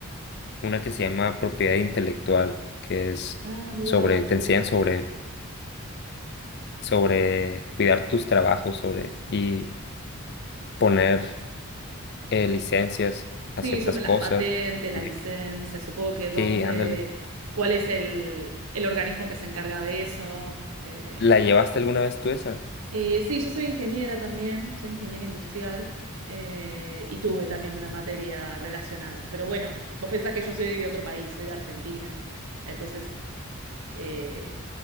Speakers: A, on the left; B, on the right.
A: una que se llama propiedad intelectual, que es
B: Ah, mira,
A: sobre, te
B: sí.
A: enseñan sobre, sobre cuidar tus trabajos, sobre y poner eh, licencias a
B: Sí,
A: ciertas
B: sobre
A: cosas.
B: las patentes,
A: Y
B: la licencia,
A: de que-
B: supongo que dónde,
A: sí, ándale.
B: cuál es el, el organismo que se encarga de eso. Eh,
A: ¿La llevaste alguna vez tú esa?
B: eh, sí, yo soy ingeniera también, soy ingeniera industrial eh, y tuve también una materia relacionada. Pero bueno, vos pensás que yo soy de otro país, soy de Argentina, entonces eh,